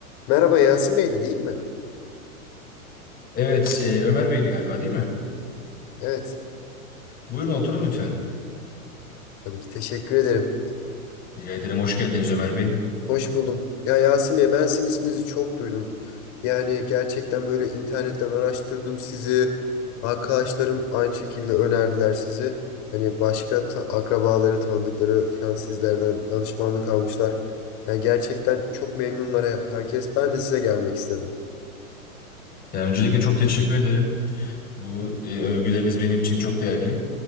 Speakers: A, on the left; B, on the left.
A: Merhaba Yasin Bey'di değil mi?
B: Evet, e, Ömer Bey'di galiba değil mi?
A: Evet.
B: Buyurun oturun lütfen.
A: Tabii ki teşekkür ederim.
B: Rica ederim, hoş geldiniz Ömer Bey.
A: Hoş buldum. Ya Yasin Bey ben sizin isminizi çok duydum. Yani gerçekten böyle internetten araştırdım sizi. Arkadaşlarım aynı şekilde önerdiler sizi. Hani başka ta- akrabaları, tanıdıkları falan sizlerden danışmanlık almışlar. Yani gerçekten çok memnunlar E, herkes. Ben de size gelmek istedim.
B: Ya, öncelikle çok teşekkür ederim. Bu e, övgüleriniz benim için çok değerli.